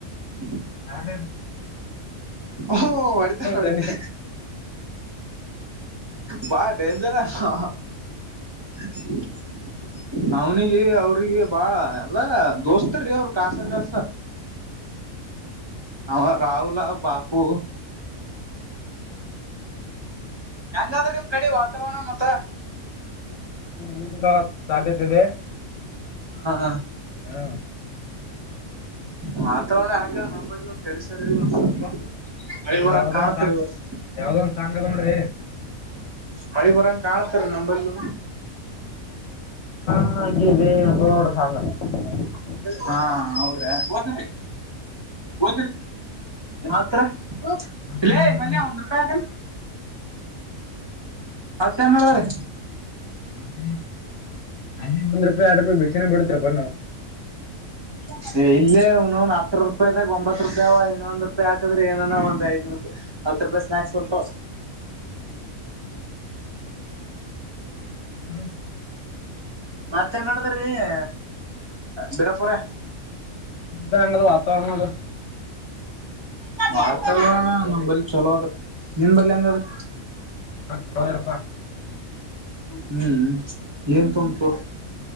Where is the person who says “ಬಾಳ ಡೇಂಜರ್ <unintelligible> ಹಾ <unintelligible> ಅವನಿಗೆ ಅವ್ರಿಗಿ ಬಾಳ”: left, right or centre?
Right